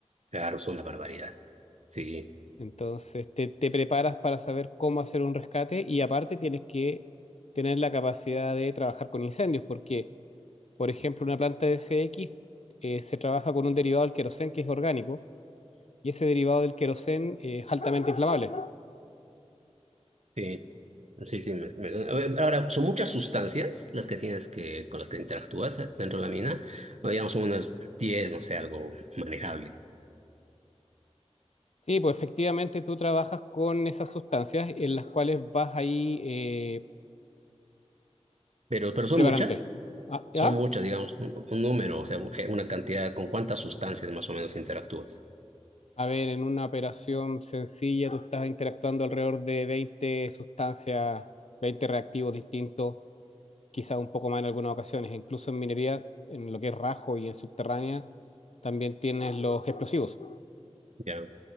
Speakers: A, on the right (about 70°); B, on the left (about 65°).
A: Claro, son una barbaridad. Sí,
B: Entonces te, te preparas para saber cómo hacer un rescate y aparte tienes que tener la capacidad de trabajar con incendios, porque Por ejemplo, una planta de SX eh, se trabaja con un derivado del queroseno que es orgánico y ese derivado del queroseno eh, es altamente inflamable.
A: sí. Sí, sí. me- me- eh, ahora, son muchas sustancias las que tienes que, con las que interactúas dentro de la mina. Bueno, digamos, son unas 10, no sé, algo manejable.
B: Sí, pues efectivamente tú trabajas con esas sustancias en las cuales vas ahí eh,
A: Pero, pero son
B: preparándote.
A: muchas,
B: Ah,
A: son
B: ¿ya?
A: muchas, digamos, un, un número, o sea, eh, una cantidad, con cuántas sustancias más o menos interactúas.
B: A ver, en una operación sencilla tú estás interactuando alrededor de 20 sustancias, 20 reactivos distintos, quizás un poco más en algunas ocasiones. Incluso en minería, en lo que es rajo y en subterránea, también tienes los explosivos.
A: Ya.